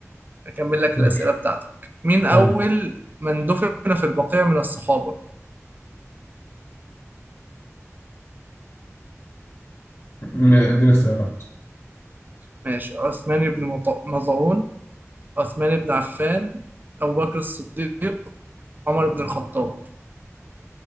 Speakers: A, on the right (about 35°); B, on the left (about 40°).
A: أكمل لك
B: ماشي
A: الأسئلة بتاعتك مين
B: كمل
A: أول من دفن في البقيع من الصحابة؟
B: م- اديني اختيارات
A: ماشي عثمان بن مط- مظعون عثمان بن عفان أبو بكر الصديق عمر بن الخطاب